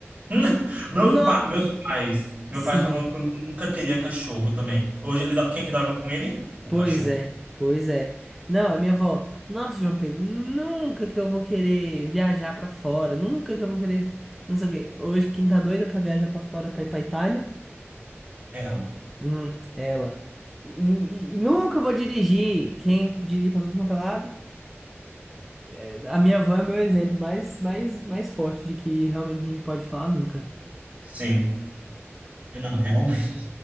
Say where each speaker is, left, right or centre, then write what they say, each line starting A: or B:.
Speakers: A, on the right; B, in the centre.
A: <laughs> Meu
B: Não,
A: pa... Meus pais. Meu
B: sim.
A: pai falou que eu nunca teria cachorro também. Hoje ele dó- quem que dorme com ele? O
B: Pois
A: cachorro.
B: é, pois é. Não, a minha avó, nossa, João Pedro, nunca que eu vou querer viajar pra fora, nunca que eu vou querer, não sei o quê. Hoje quem tá doida pra viajar pra fora, pra ir pra Itália,
A: É Ela.
B: Hum, ela. E, e- e nunca vou dirigir. Quem dirige pra tudo quanto é lado? é, a minha van é meu exemplo mais, mais, mais forte de que realmente a gente pode falar nunca.
A: Sim. É, Não, realmente.